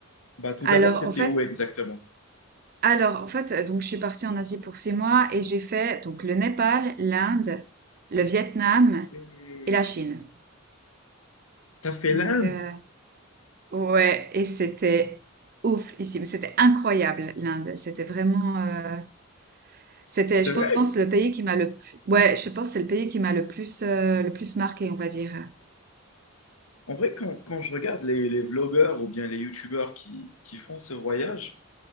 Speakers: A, on the left (about 85°); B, on the right (about 45°).
A: Bah tout
B: Alors
A: d'abord, c'était
B: en fait,
A: où exactement?
B: alors en fait, euh, donc je suis partie en Asie pour six mois et j'ai fait donc le Népal, l'Inde, le Vietnam
A: Oui.
B: et la Chine.
A: T'as fait
B: Donc
A: l'Inde?
B: euh, ouais, et c'était ouf ici, mais c'était incroyable l'Inde. C'était vraiment. euh, C'était,
A: C'est
B: je
A: vrai.
B: pense, le pays qui m'a le... Ouais, je pense que c'est le pays qui m'a le plus, euh, le plus marqué, on va dire.
A: En vrai, quand, quand je regarde les, les vlogueurs ou bien les youtubeurs qui, qui font ce voyage,